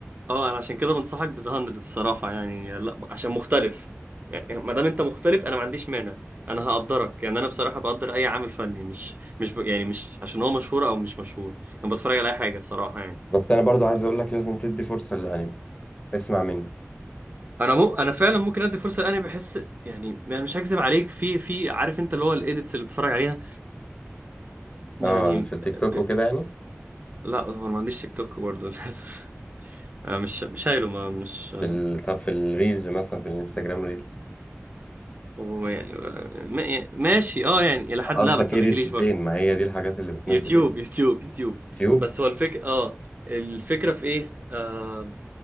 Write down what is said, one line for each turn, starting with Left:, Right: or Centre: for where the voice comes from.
Right: اه انا عشان كده بنصحك بذا 100 الصراحه يعني لا عشان مختلف يعني يعني ما دام انت مختلف انا ما عنديش مانع انا هقدرك يعني انا بصراحه بقدر اي عامل فني مش مش ب... يعني مش عشان هو مشهور او مش مشهور انا بتفرج على اي حاجه بصراحه يعني
Left: بس انا برضو
Right: ف...
Left: عايز اقول لك لازم تدي فرصة للانمي اسمع مني
Right: انا مو... انا فعلا ممكن ادي فرصه لاني بحس يعني انا مش هكذب عليك في في عارف انت اللي هو الايديتس اللي بتفرج عليها يعني
Left: اه في التيك توك
Right: ب...
Left: وكده يعني
Right: لا هو انا ما عنديش تيك توك برضه للاسف <laughs> انا مش مش شايله ما مش
Left: في ال... طب في الريلز مثلا في الانستجرام ريلز
Right: وما- ما- ماشي اه يعني الى حد
Left: قصدك
Right: لا بس ما
Left: ايديتس
Right: بيجيليش
Left: فين
Right: برضه
Left: ما هي دي الحاجات اللي بتنزل
Right: يوتيوب
Left: ايديتس
Right: يوتيوب يوتيوب
Left: يوتيوب
Right: بس هو الفكرة اه الفكرة في ايه آه